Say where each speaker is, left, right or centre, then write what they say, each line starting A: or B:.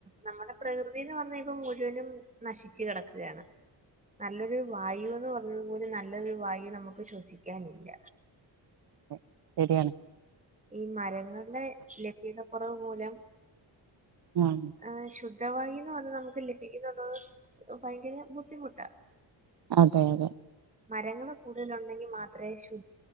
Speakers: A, on the right; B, on the right.
A: നമ്മുടെ പ്രകൃതിന്ന് പറഞ്ഞാ ഇപ്പം മുഴുവനും നശിച്ചു കിടക്കുകയാണ് നല്ലൊരു വായു എന്ന് പറഞ്ഞത് പോലും നല്ലൊരു വായു നമുക്ക് ശ്വസിക്കാനില്ല
B: തെ ശരിയാണ്
A: ഈ മരങ്ങൾടെ ലഭ്യത കൊറവ് മൂലം
B: ഉം
A: ആഹ് ശു ദ്ധവായൂന്ന് വന്ന് നമുക്ക് ലഭിക്കുന്നത് ഭയങ്കര ബുദ്ധിമുട്ടാ
B: അതെയതെ.
A: മരങ്ങള് കൂടുതല് ഉണ്ടെങ്കി മാത്രേ ശു